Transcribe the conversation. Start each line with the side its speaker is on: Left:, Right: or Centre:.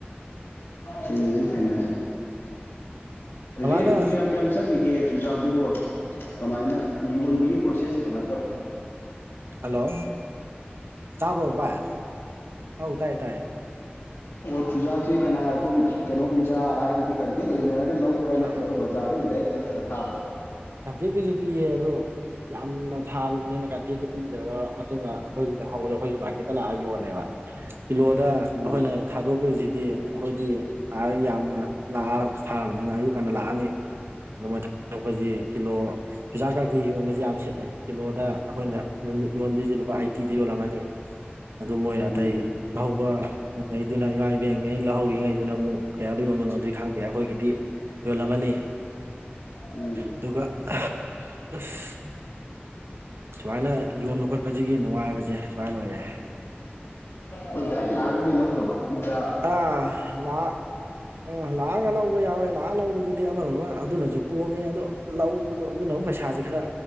Left: ꯊꯦꯡꯅꯖ‌ꯦ ꯊꯦꯡꯅꯖ‌ꯦ
Right: ꯀꯃꯥꯏꯅ
Left: ꯔꯦꯠꯄꯨ ꯀꯌꯥꯝ ꯀꯌꯥꯝ ꯆꯠꯂꯤꯒꯦ ꯆꯨꯖꯥꯛꯇꯨꯕ‌ꯣ ꯀꯃꯥꯏꯅ ꯌꯣꯟꯕꯒꯤ ꯄ꯭ꯔꯣꯁꯦꯁꯁꯦ ꯀꯃꯥꯏꯅ ꯇꯧꯏ
Right: ꯍꯜꯂꯣ ꯇꯥꯕ꯭ꯔꯣ ꯕꯥꯏ ꯑꯧ ꯇꯥꯏ ꯇꯥꯏꯌ‌ꯦ
Left: ꯑꯣ ꯆꯨꯖꯥꯛꯁꯦ ꯀꯅꯥ ꯑꯗꯨꯝ ꯀꯩꯅꯣ ꯎꯟꯖꯥ ꯍꯥꯏꯕꯗꯤ ꯀꯟꯇꯦꯛ ꯂꯩꯅꯔꯒ ꯂꯧꯕ꯭ꯔꯥ ꯅꯠꯇ꯭ꯔꯒ
Right: ꯑꯥ
Left: ꯕꯖ ꯖꯥꯔꯗ ꯑꯣꯏꯅ ꯗꯥꯏꯛ ꯆꯠꯂꯒ ꯊꯥꯕ꯭ꯔꯣ
Right: ꯀꯟꯇꯦꯛꯀꯤꯖꯨ ꯄꯤꯌꯦ ꯑꯗꯣ ꯌꯥꯝꯅ ꯊꯥꯔꯨꯕꯅꯤꯅ ꯀꯟꯇꯦꯛꯇꯨ ꯄꯤꯈ꯭ꯔꯕ ꯃꯇꯨꯡꯗ ꯑꯩꯈꯣꯏꯒꯤ ꯂꯦꯝꯍꯧꯕꯗꯣ ꯑꯩꯈꯣꯏꯒꯤ ꯃꯥꯔꯀꯦꯠꯇ ꯂꯥꯛꯑꯒ ꯌꯣꯜꯂꯦꯕ ꯀꯤꯂꯣꯗ
Left: ꯎꯝ
Right: ꯑꯩꯈꯣꯏꯅ ꯊꯥꯗꯣꯛꯇꯣꯏꯁꯤꯗꯤ ꯑꯩꯈꯣꯏꯗꯤ ꯌꯥꯝꯅ ꯂꯥꯛꯑ ꯊꯥꯔꯕꯅꯤꯅ ꯑꯌꯨꯛ ꯉꯥꯟꯅ ꯂꯥꯛꯑꯅꯤ ꯑꯗꯨꯃꯥꯏ ꯊꯗꯣꯛꯄꯖꯤ ꯀꯤꯂꯣ ꯆꯨꯖꯥꯛ ꯀꯛꯇꯤ ꯌꯣꯟꯕꯁꯦ ꯌꯥꯝ ꯁꯤꯠꯂꯦ ꯀꯤꯂꯣꯗ ꯑꯩꯈꯣꯏꯅ ꯌꯣꯟꯗꯣꯏꯁꯤ ꯂꯨꯄꯥ ꯑꯩ ꯇꯤꯗ ꯌꯣꯜꯂꯝꯃꯅꯤ ꯑꯗꯨ ꯃꯣꯏꯅ ꯑꯇꯩ
Left: ꯎꯝ
Right: ꯋꯥ ꯍꯩꯗꯨꯅ ꯏꯃꯥ ꯏꯕꯦꯟꯉꯩ ꯂꯧꯍꯧꯔꯤꯉꯩꯗꯨꯅ ꯑꯃꯨꯛ ꯀꯌꯥꯗ ꯌꯣꯟꯕꯅꯣꯗꯤ ꯑꯗꯨꯗꯤ ꯈꯪꯗꯦ ꯑꯩꯈꯣꯏꯒꯤꯗꯤ ꯌꯣꯜꯃꯅꯤ
Left: ꯎꯝ
Right: ꯑꯗꯨꯒ ꯑꯁ ꯁꯨꯃꯥꯏꯅ ꯌꯣꯟꯕ ꯈꯣꯠꯄꯁꯤꯒꯤ ꯅꯨꯡꯉꯥꯏꯕꯁꯦ ꯁꯨꯃꯥꯏꯅ ꯑꯣꯏꯌꯦ
Left: ꯍꯣꯏ ꯗꯥꯏꯔꯦꯛ ꯂꯥꯛꯑꯒꯗꯤ ꯂꯧꯗꯕ ꯌꯨꯝꯗ
Right: ꯑꯥ ꯂꯥꯛ ꯑꯥ ꯂꯥꯛ ꯂꯥꯛꯑꯒ ꯂꯧꯕ ꯌꯥꯎꯋꯦ ꯂꯥꯛꯑꯒ ꯂꯧꯕꯗꯨꯗꯤ ꯑꯃꯔꯣꯝ ꯑꯃ ꯑꯗꯨꯅꯖꯨ ꯀꯣꯝꯃꯦ ꯑꯗꯣ ꯂꯧꯕꯗꯣ ꯑꯗꯨꯅ ꯑꯃꯨꯛ ꯄꯩꯁꯥꯁꯦ ꯈꯔ